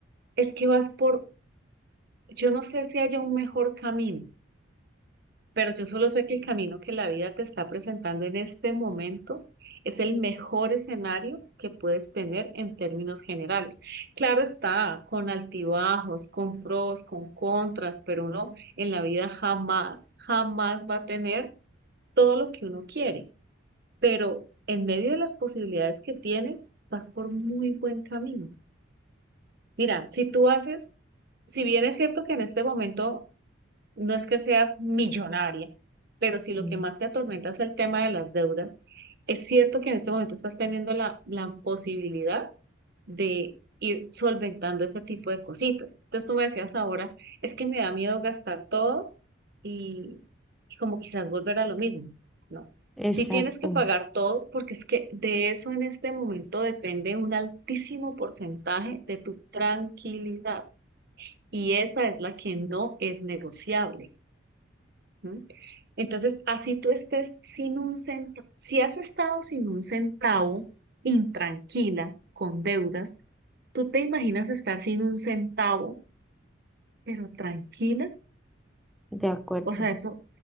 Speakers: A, on the right; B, in the centre.
A: es que vas por, yo no sé si haya un mejor camino, pero yo solo sé que el camino que la vida te está presentando en este momento es el mejor escenario que puedes tener en términos generales. Claro está, con altibajos, con pros, con contras, pero uno en la vida jamás, jamás va a tener todo lo que uno quiere. pero en medio de las posibilidades que tienes, vas por muy buen camino. Mira, si tú haces, si bien es cierto que en este momento no es que seas millonaria, pero si lo
B: mm,
A: que más te atormenta es el tema de las deudas, es cierto que en este momento estás teniendo la, la posibilidad de ir solventando ese tipo de cositas. Entonces tú me decías ahora, es que me da miedo gastar todo y, y como quizás volver a lo mismo. No,
B: exacto,
A: si tienes que pagar todo, porque es que de eso en este momento depende un altísimo porcentaje de tu tranquilidad y esa es la que no es negociable. ¿m? Entonces, así tú estés sin un centavo, si has estado sin un centavo, intranquila, con deudas, ¿tú te imaginas estar sin un centavo, pero tranquila?
B: de acuerdo.
A: O sea, eso,